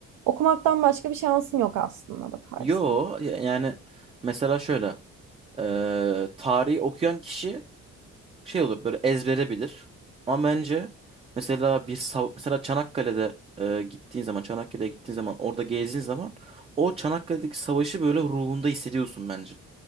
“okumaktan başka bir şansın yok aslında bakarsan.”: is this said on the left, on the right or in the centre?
Right